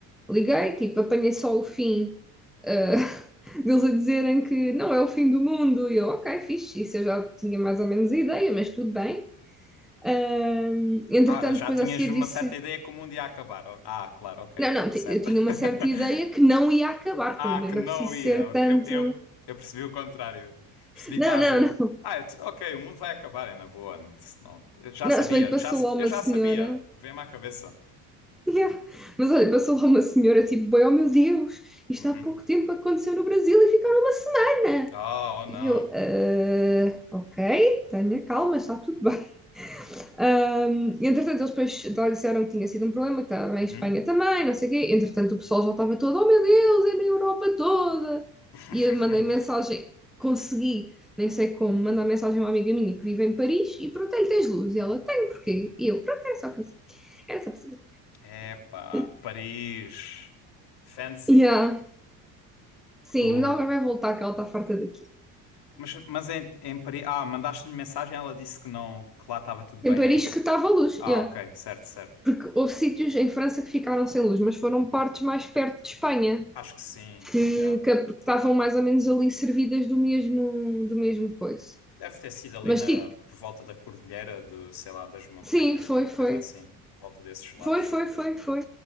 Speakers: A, in the centre; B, on the left.
A: Liguei, tipo, apanhei só o fim, eh, <laughs> deles a dizerem que não é o fim do mundo. E eu, ok, fixe, isso eu já tinha mais ou menos a ideia, mas tudo bem. Ahm, entretanto,
B: Ah, já
A: depois
B: tinhas
A: a seguir
B: uma
A: disse,
B: certa ideia como um dia ia acabar. Oh, Ah, claro, ok,
A: não,
B: ok,
A: não,
B: certo.
A: ti- eu tinha
B: <laughs>
A: uma certa ideia que não ia acabar
B: Ah,
A: também, não
B: que
A: era
B: não
A: preciso
B: ia.
A: ser
B: ok,
A: tanto.
B: Eu, eu, eu percebi o contrário. Percebi que
A: Não,
B: estás
A: não,
B: a...
A: não.
B: Ah, eu te- ok, o mundo vai acabar, é na boa. Não, te- não. Eu já
A: Não,
B: sabia,
A: se bem que passou
B: já, sa-
A: lá uma
B: eu já
A: senhora.
B: sabia. Vem-me à cabeça.
A: Yeah. Mas olha, passou lá uma senhora, tipo, bem, oh meu Deus, isto
B: Uhum.
A: há pouco tempo aconteceu no Brasil e ficaram uma semana.
B: Oh, oh não.
A: E eu, "Ah, ok, tenha calma, está tudo bem. Ahm, entretanto, eles depois lá disseram que tinha sido um problema, que estava
B: Uhum.
A: em Espanha também, não sei o quê. Entretanto, o pessoal já estava todo, oh meu Deus, é na Europa toda. E
B: <laughs>
A: eu mandei mensagem, consegui, nem sei como, mandar mensagem a uma amiga minha que vive em Paris e perguntei-lhe, tens luz? E ela, tem porquê? E eu, pronto, era só por isso. Era só por saber.
B: Epá,
A: <laughs>
B: Paris. Fancy.
A: Yeah. Sim,
B: O...
A: mas ela vai voltar, que ela está farta daqui.
B: Mas, mas em, em Paris. Ah, mandaste-lhe mensagem, ela disse que não, que lá estava tudo bem,
A: Em Paris
B: é isso?
A: que estava luz,
B: Ah,
A: yeah.
B: ok, certo, certo.
A: Porque houve sítios em França que ficaram sem luz, mas foram partes mais perto de Espanha.
B: Acho que sim,
A: que,
B: já.
A: que estavam mais ou menos ali servidas do mesmo, do mesmo coisa.
B: Deve ter sido ali
A: Mas
B: na,
A: tipo,
B: por volta da cordilheira de, sei lá, das montanhas
A: sim, foi,
B: ou uma
A: foi.
B: coisa assim, por volta desses lados.
A: Foi, foi, foi, foi.